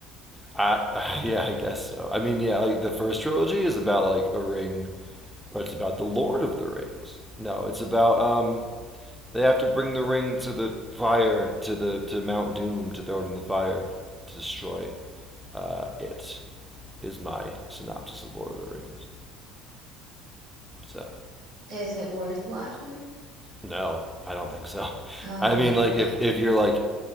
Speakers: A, in the centre; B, on the right.
A: I, <laughs> yeah, I guess so. I mean, yeah, like the first trilogy is about like a ring, or it's about the Lord of the Rings. No, it's about um, they have to bring the ring to the fire, to the to Mount Doom, to throw it in the fire, to destroy uh, it. Is my synopsis of Lord of the Rings. So
B: Is it worth watching?
A: no, I don't think so. <laughs>
B: Oh,
A: I mean, like
B: okay.
A: if if you're like